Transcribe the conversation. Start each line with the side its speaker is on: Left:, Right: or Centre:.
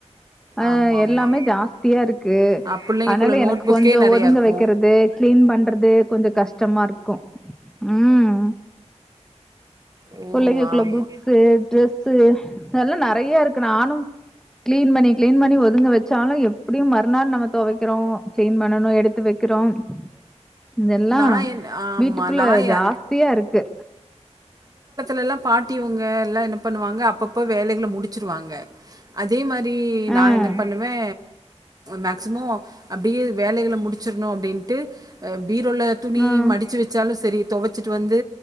Centre: அ
Right: ஆமாமா
Centre: எல்லாமே ஜாஸ்தியா இருக்கு
Right: ஆ பிள்ளைங்களுக்குள்ள
Centre: அதனால
Right: நோட்
Centre: எனக்கு
Right: புக்கே
Centre: கொஞ்சோ
Right: நெறையா
Centre: ஒதுங்க
Right: இருக்கு
Centre: வெக்கிறது கிளீன் பண்றது கொஞ்சோ கஷ் ச்சம்மா இருக்கும் ம்
Right: ஓ
Centre: புள்ளைககுள்ள
Right: ஆமா
Centre: புக்ஸ்சு ட்ரெஸ் ஸு நல்லா நறைய இருக்கு நானும் கிளீன் பண்ணி கிளீன் பண்ணி ஒதுங்க வெச்சாலும் எப்புடியும் மறுநாள் நம்ம துவைக்கிறோ கிளீன் பண்ணணு எடுத்து வெக்கிறோம் இதெல்லா
Right: நா என் ஆமா
Centre: வீட்டுக்குள்ள
Right: நா
Centre: ஜாஸ்தியா
Right: எ
Centre: இருக்கு
Right: லெலா பாட்டி இவுங்க எல்லா என்ன பண்ணுவாங்க அப்பப்ப வேலைகள முடிச்சிருவாங்க அதே மாரி நா
Centre: அ
Right: என்ன பண்ணுவே மேக்சிமோ அப்டியே வேலைகள முடிச்சர்ணு அப்டின்ட்டு ல துணி
Centre: கம்பு
Right: மடிச்சு வெச்சாலு செரி தொவச்சிட்டு வந்து